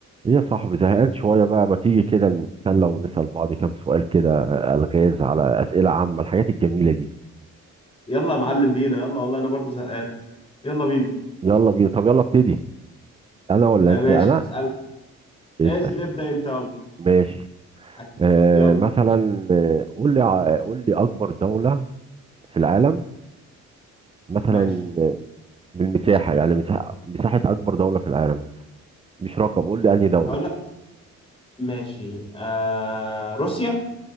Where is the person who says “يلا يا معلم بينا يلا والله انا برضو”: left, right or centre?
Left